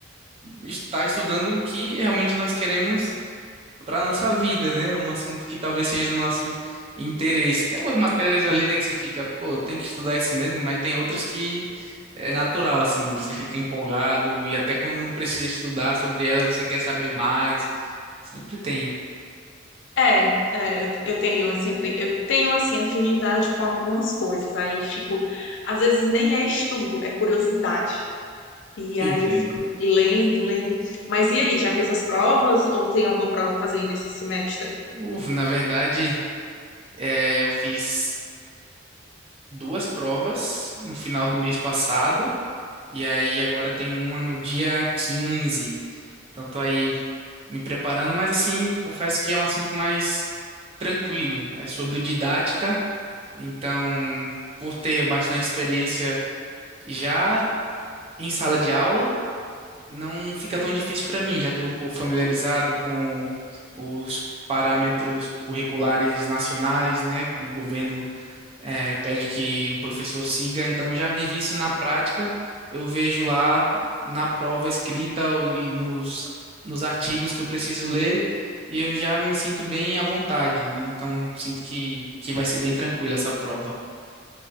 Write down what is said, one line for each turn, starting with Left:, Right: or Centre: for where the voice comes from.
Right: estar estudando o que realmente nós queremos para nossa vida, né? Um assunto que talvez seja do nosso interesse. Tem algumas matérias ali, né, que você fica, pô, tem que estudar isso mesmo, mas tem outras que é natural, assim, você fica empolgado e até quando não precisa estudar sobre ela, você quer saber mais. Sempre tem.
Left: É, é, eu, eu tenho, eu sempre, eu tenho, assim, afinidade com algumas coisas, aí eu fico, às vezes nem é estudo, é curiosidade, e
Right: Entendo.
Left: aí eu fico lendo, lendo, mas e aí, já fez as provas, ou tem alguma prova pra fazer ainda esse semestre?
Right: Uf, na verdade, é, eu fiz duas provas no final do mês passado, e aí agora tem uma no dia 15. Então tô aí me preparando, mas assim, confesso que é um assunto mais tranquilo. É sobre didática, então, por ter bastante experiência já em sala de aula, não fica tão difícil para mim. Já estou um pouco familiarizado com os parâmetros curriculares nacionais, né? O governo é, pede que o professor siga, então eu já vivi isso na prática, eu vejo lá na prova escrita o- e nos, nos artigos que eu preciso ler, e eu já me sinto bem à vontade, né? Então sinto que, que vai ser bem tranquila essa prova.